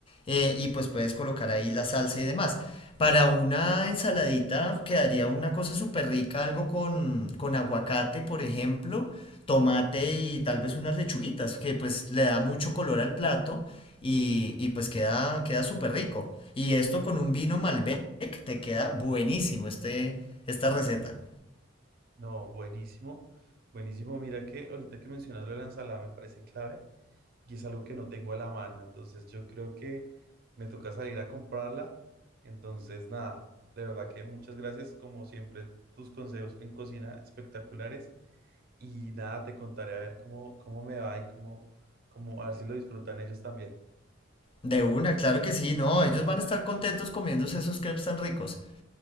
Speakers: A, on the left; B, on the right.
A: eh, y pues puedes colocar ahí la salsa y demás. Para una ensaladita quedaría una cosa súper rica, algo con, con aguacate, por ejemplo, tomate y tal vez unas lechuguitas, que pues le da mucho color al plato y, y pues queda, queda súper rico. Y esto con un vino Malbec te queda buenísimo este, esta receta.
B: No, buenísimo, buenísimo. Mira que ahorita que mencionas lo de la ensalada me parece clave y es algo que no tengo a la mano, entonces yo creo que me toca salir a comprarla. Entonces, nada, de verdad que muchas gracias, como siempre, tus consejos en cocina espectaculares y nada, te contaré a ver cómo, cómo me va y cómo, cómo, a ver si lo disfrutan ellos también.
A: De una, claro que sí, no, ellos van a estar contentos comiéndose esos crepes tan ricos.